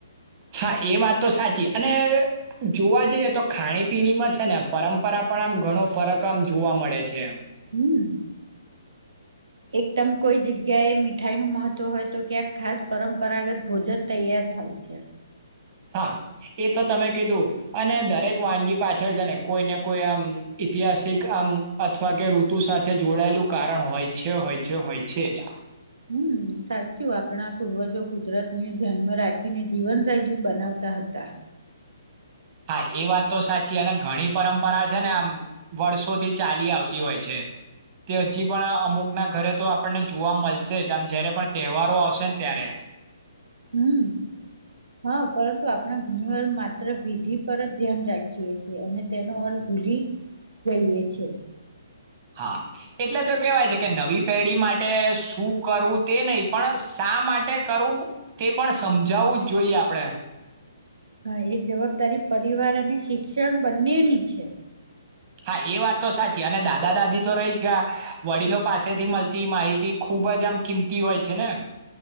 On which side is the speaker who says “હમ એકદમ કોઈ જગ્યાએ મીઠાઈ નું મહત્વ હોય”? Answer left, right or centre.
Right